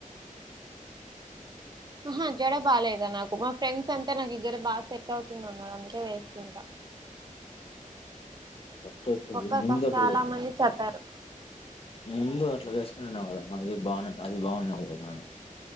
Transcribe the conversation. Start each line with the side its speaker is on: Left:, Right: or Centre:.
Right: హా జడ బాలేద నాకు ఫ్రెండ్స్ అంతా నాకు ఇ్గర బాగా సెట్ అవుతుందిన్నదంతే వేస్తుంటా
Left: సెట్ అయితది
Right: ఒక్కక్క
Left: ముందు అప్పుడు
Right: చాలా మంది చెప్పారు
Left: ముందు అట్లా వేసుకున్నావు కదా అది బాగు అది బాగున్నావు కదాని